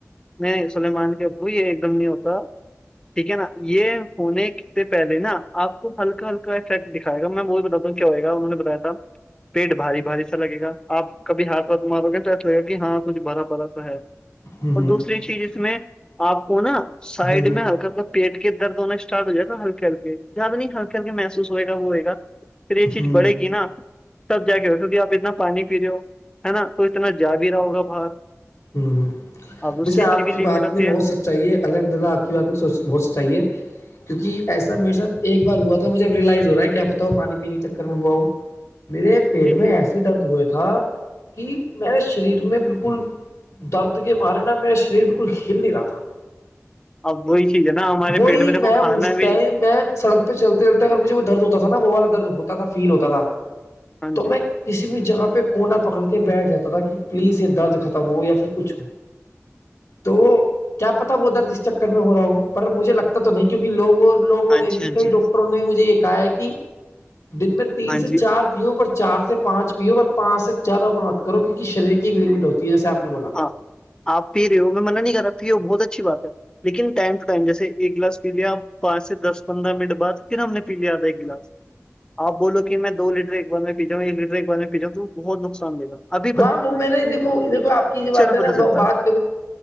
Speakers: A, on the left; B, on the left.
A: نہیں سلیمان کے ابو یہ ایک دم نہیں ہوتا ٹھیک ہے نا یہ ہونے سے پہلے نا آپ کو ہلکا ہلکا افیکٹ دکھائےا میں وہی بتا ہوں کیا ہو گا انہوں بتایا تھا پیٹ بھاری باری سا لگےا آپ کبھی ہاتھ ہاتھ مارو گے تو ایسا لگا کہ ہاں کچھ بھرا بھرا سا ہے
B: ہ
A: اور دوسری چیز اس میں آپ کو نا سائڈ
B: ہ
A: میں ہلکا پک پیٹ کے درد ہونا اسٹارٹ ہو جائے گا ہلکے ہلک زیادہ نہیں ہلکے ہلکے محسوس ہوئے گ وہ ہو گا پھر یہ چیز
B: ہ
A: بڑھے گی نا تب جا کے بیٹٹونکہ آپ اتنا پانی پی رہے ہو ہے نا تو اتنا جا بھی رہا ہوگا باہر
B: ہ
A: اب اس
B: ویسے
A: چیز
B: آپ
A: بھی
B: کی
A: لمٹ
B: بات
A: ہوتی
B: نے
A: ہے
B: بہت س چاہیے الحمد للہ آپ کی بات میں سوچ بہت چاہیے کیوںک ایسا میرے ساتھ ایک بار ہوا تھا مجےب ریلائز ہو رہا ہے کیاپ بتاؤ پانی پینے چکر میں ہوا ہوں میرے پیٹ
A: جی
B: میں
A: جی
B: ایسے درد ہوئے تھا کہ میرے شریر میں بالکل درد کے مارے نا میرا شریر بالکل ہل نہیں رہا تھا
A: اب وہی چیز ہے نا ہمارے
B: وہی
A: پیٹ دیکھو
B: میں اس
A: کھانا
B: ٹائم
A: بھی
B: میں سڑک پہ چلتے چلتے اگر مجھے وہ درد ہوتا تھا نا وہ والا درد ہوتا تھا فیل ہوتا تھا
A: ہاں
B: تو
A: جی
B: میں کسی بھی جگہ پہ کونا پکڑ کے بیٹھ جاتا تھا کہ پلیز یہ درد ہو یا پھر کچھ ہو تو کیا پتا وہ درد اس چکر میں ہو رہا ہوں پر مجھے لگتا تو نہیں کیونکہ لووں لوگوں
A: ہاں
B: نے
A: جی
B: بھی
A: ہاں
B: کئی
A: جی
B: ڈاکٹروں نے مجھے ایک ہے کہ دن میں
A: ہاں
B: تین سے
A: جی
B: چار پی او پر چار سے پانچ پی او پر پانچ سے چار اوروپر مت کرو کیونک شر کی ایک لمٹ ہوتی ہے جیسے آپ نے بولا
A: اں آپ پی رہے ہو میں منع نہیں کر رہا پی ہو بہت اچھی بات ہے لیکن ٹائم ٹ ٹائم جیسے ایک گلاس پی لیا پانچ سے دس پندرہ منٹ بعد پھر ہم نے پی لیا آدھا ایک گلاس آ بولو کہ میں دو ل لیٹر ایک بار میں پی جا ہوں ایک لیٹر ایک بار میں پیاؤوں تم بہت نقصان د گاب
B: ہاں وہ میں نے دیکو دیکھو آپ کی جو بات ہے
A: میں پتا
B: نا
A: چلتا
B: بات
A: ہے